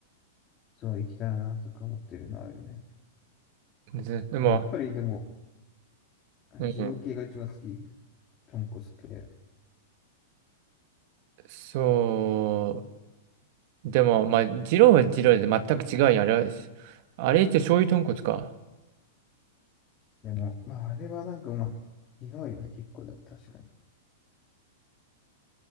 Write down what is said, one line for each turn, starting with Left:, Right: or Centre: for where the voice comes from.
Left: そう行きたいなとか思ってるのあるよね。
Right: ずでも、
Left: やっぱりでも、二郎系が一番好き。
Right: うん。
Left: 豚骨系。
Right: そう。でも、まあ、二郎は二郎で全く違うよ。あれは、あれって醤油豚骨か。
Left: でも、まあ、あれはなんか、まあ、違うよね、結構、でも確かに。